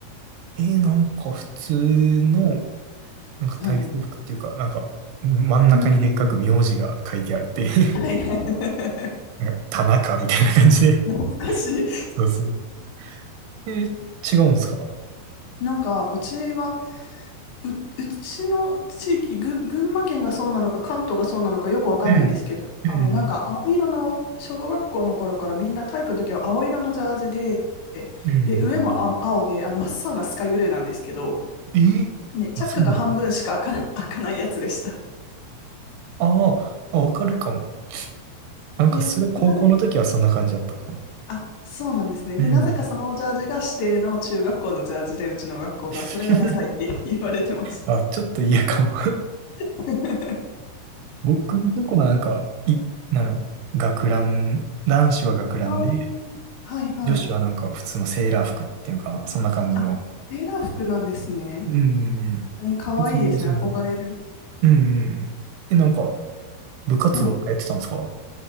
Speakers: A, on the right; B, on the left.
A: えー、なんか普通の、なんか体操服っていうか、
B: はい。
A: なんか、うん真ん中にでっかく名字が書いてあって
B: うん。はいはい。
A: <laughs> なんか田中みたいな感じで。
B: <laughs> 懐かしい。
A: <laughs> そうそう。えー、違うんですか
B: なんか、うちは、う、うちの地域、ぐ、群馬県がそうなのか、関東がそうなのか、よくわかんないんですけど、
A: うん。うん。
B: あの、なんか、青色の、小学校の頃からみんな体育の時は青色のジャージで、
A: うん。
B: で、上もあ青で、あの、真っ青なスカイブルーなんですけど、
A: えーあ、
B: ね、チャックが半分しか開かな、
A: そうなの
B: <laughs> 開かないやつでした。
A: あーあ、わかるかも。なんかそれ高校の時はそんな感じだったかも。
B: で、なぜ、あ、そうなんですね。
A: うん。
B: で、なぜかそのジャージが指定の中学校のジャージで、うちの学校が、
A: <laughs>
B: それがダサいって言われてます。
A: あ、ちょっと嫌かも。
B: <laughs>
A: 僕のとこはなんか、い、なんやろ、学ラン、男子は学ランで、
B: あーはいはい。
A: 女子はなんか普通のセーラー服っていうのかな、そんな感じの。
B: あセーラー服なんですね。
A: うん。
B: えー、かわいいですね。
A: 服装はそうなんだ。
B: 憧れる。
A: うんうんうん。えなんか、部活動とかやってたんですか
B: はい。